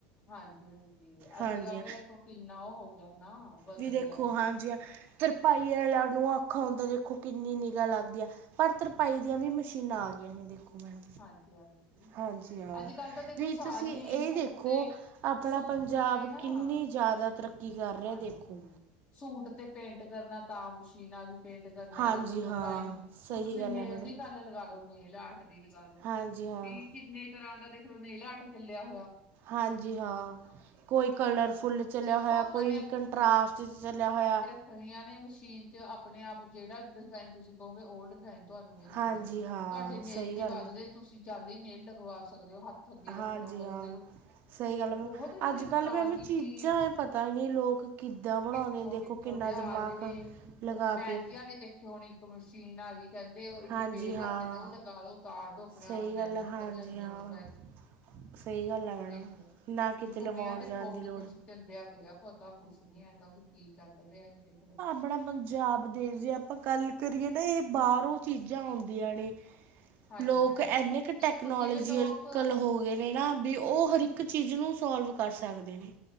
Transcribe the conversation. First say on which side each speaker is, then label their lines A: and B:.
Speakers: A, on the left; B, on the right.
A: ਹਾਂਜੀ-ਹਾਂਜੀ, ਅੱਜ-ਕੱਲ
B: ਹਾਂਜੀ ਹਾਂ
A: ਤਾਂ ਦੇਖੋ ਕਿੰਨਾ ਉਹ ਹੋ ਗਿਆ ਨਾ ਬਦਲ
B: ਵੀ ਦੇਖੋ
A: ਗਿਆ
B: ਹਾਂਜੀ ਤਰਪਾਈ ਲੈਣ ਨੂੰ ਆਖਾ ਹੁੰਦਾ ਦੇਖੋ ਕਿੰਨੀ ਨਿਗਾ ਲੱਗਦੀ ਆ। ਪਰ ਤਰਪਾਈ ਦੀਆਂ ਵੀ ਮਸ਼ੀਨਾਂ ਆ ਗਈਆਂ ਨੇ ਦੇਖੋ ਮੈਡਮ।
A: ਹਾਂਜੀ ਹਾਂਜੀ
B: ਹਾਂਜੀ ਹਾ,
A: ਅੱਜ ਕੱਲ ਤਾਂ ਦੇਖੋ
B: ਵੀ
A: ਸਾਰੀਆਂ
B: ਤੁਸੀਂ ਇਹ
A: ਹੀ ਸੂਟ
B: ਦੇਖੋ
A: ਤੇ
B: ਆਪਣਾ
A: ਸੂਟ
B: ਪੰਜਾਬ
A: ਤੇ ਨਾ
B: ਕਿੰਨੀ ਜਿਆਦਾ ਤਰੱਕੀ ਕਰ ਰਿਹਾ
A: ਹਾਂਜੀ
B: ਦੇਖੋ।
A: ਸੂਟ ਤੇ ਪੇਂਟ ਕਰਨਾ ਤਾਂ ਮਸ਼ੀਨਾਂ ਪੇਂਟ ਕਰਨੇ
B: ਹਾਂਜੀ
A: ਵਾਲੀ ਕੋਈ ਡਿਜ਼ਾਇਨ,
B: ਹਾਂ ਸਹੀ
A: ਹੁਣ ਤੁਸੀਂ
B: ਗੱਲ
A: ਨੇੇਲ
B: ਹੈ ਮੈਡਮ
A: ਦੀ ਗੱਲ ਲਗਾ ਲੋ ਨੇਲ ਆਰਟ ਦੀ ਲਗਾ ਲੋ,
B: ਹਾਂਜੀ ਹਾਂ
A: ਭੀ ਕਿੰਨੇ ਤਰ੍ਹਾਂ ਦਾ ਦੇਖ ਲਓ ਨੇਲ ਆਰਟ ਚੱਲਿਆ ਹੋਇਆ।
B: ਹਾਂਜੀ ਹਾਂ। ਕੋਈ ਕਲਰਫੁੱਲ ਚੱਲਿਆ
A: ਸਿਰਫ
B: ਹੋਇਆ,
A: ਆਪਾਂ
B: ਕੋਈ ਕੰਟਰਰਾਾਸਟ 'ਚ ਚੱਲਿਆ ਹੋਇਆ।
A: ਖਣੀਆਂ ਨੇ ਮਸ਼ੀਨ 'ਚ ਆਪਣੇ ਆਪ ਜਿਹੜਾ ਡਿਜ਼ਾਇਨ ਤੁਸੀਂ ਕਹੋਗੇ ਉਹ ਡਿਜ਼ਾਇਨ ਤੁਹਾਨੂੰ ਮਿਲ ਜੂਗਾ,
B: ਹਾਂਜੀ ਹਾਂ
A: ਤੋਡੇ ਨੇਲ
B: ਸਹੀ
A: ਦੀ-
B: ਗੱਲ ਹੈ
A: ਤੇ ਤੁਸੀਂ ਜਾਲੀ ਨੇਕ ਲਗਵਾ ਸਕਦੇ ਓ ਹੱਥ ਥੱਗੇ ਰੱਖਣ
B: ਹਾਂਜੀ
A: ਵਾਸਤੇ
B: ਹਾਂ
A: ਦੇਖੋ,
B: ਸਹੀ ਗੱਲ
A: ਬਹੁਤ
B: ਮੈਮ
A: ਟਰੀਕਾ
B: ਅੱਜ ਕੱਲ੍ਹ ਮੈਮ
A: ਆ ਗੀ
B: ਚੀਜ਼ਾਂ
A: ਕੀ
B: ਇਹ ਪਤਾ ਹੀ ਨਹੀਂ ਲੋਕ ਕਿੱਦਾਂ ਬਣਾਉਂਦੇ
A: ਕਿੱਥੋਂ-ਕਿਥੋਂ
B: ਨੇ, ਦੇਖੋ ਕਿੰਨਾ
A: ਲਿਆ
B: ਦਿਮਾਗ
A: ਰਹੇ ਨੇ,
B: ਲਗਾ
A: ਮੈਗੀ
B: ਕੇ
A: ਆਲੀ ਦੇਖੀ ਹੋਣੀ। ਇੱਕ ਮਸ਼ੀਨ ਆ ਗਈ ਕਹਿੰਦੇ ਉਹ ਇੱਕ
B: ਹਾਂਜੀ
A: ਪੇਜ
B: ਹਾਂ
A: ਆਂਦੇ ਤੇ ਉਹ ਲਗਾ ਲੋ ਉਤਾਰ ਦੋ ਆਪਣੇ ਆਪ
B: ਸਹੀ ਗੱਲ
A: ਮੈਂਜਿਕ
B: ਹੈ ਹਾਂਜੀ
A: <unintelligible>
B: ਹਾਂ ਸਹੀ ਗੱਲ ਹੈ ਮੈਡਮ
A: ਦੇਖਲੋ,
B: ਨਾ ਕਿਤੇ
A: ਵੀ ਦੁਨੀਆਂ
B: ਲਵਾਉਣ
A: ਤੇ
B: ਜਾਣ
A: ਬਹੁਤ
B: ਦੀ ਲੋੜ
A: ਕੁਛ ਚਲਦਿਆ ਪਿਆ। ਪਤਾ ਕੁਛ ਨੀ ਹੈਗਾ ਵੀ ਕੀ ਚੱਲ ਰਿਆ <unintelligible>
B: ਬੜਾ ਮ ਪੰਜਾਬ ਦੇ ਜੇ ਆਪਾਂ ਗੱਲ ਕਰੀਏ ਨਾ ਇਹ ਬਾਹਰੋਂ ਚੀਜ਼ਾਂ ਆਉਂਦੀਆਂ ਨੇ।
A: ਹਾਂਜੀ
B: ਲੋਕ
A: ਹਾਂਜੀ
B: ਇੰਨੇ ਕੁ ਟੈਕਨੋਲੋਜੀਅਕਲ
A: ਹੁਣ ਜਿਵੇਂ ਲੋਕ
B: ਹੋ ਗਏ ਨੇ ਨਾ ਵੀ ਉਹ ਹਰ ਇੱਕ ਚੀਜ ਨੂੰ ਸੋਲਵ ਕਰ ਸਕਦੇ ਨੇ।